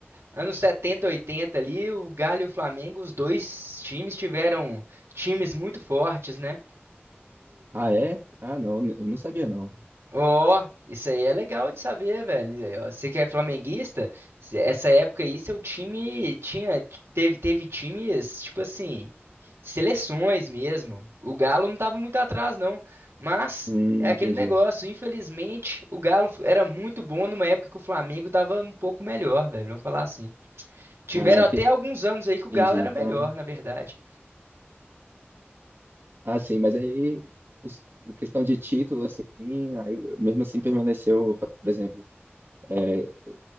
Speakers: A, on the right; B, on the right.
A: anos 70, 80 ali, o Galo e o Flamengo, os dois times tiveram times muito fortes, né?
B: Ah, é? Ah, não, eu não sabia, não.
A: Ó, isso aí é legal de saber, velho. Aí, ó, Você que é flamenguista, se- essa época aí seu time tinha teve teve times, tipo assim, seleções mesmo. O Galo não tava muito atrás não, mas
B: Hum,
A: é aquele
B: entendi.
A: negócio, infelizmente, o Galo f- era muito bom numa época que o Flamengo tava um pouco melhor, velho, vamos falar assim. Tiveram
B: Ah, entendi.
A: até alguns anos aí que o Galo
B: Então,
A: era melhor, na verdade.
B: ah, sim, mas aí, os- questão de título, assim, aí, mesmo assim permaneceu, por exemplo, É, o-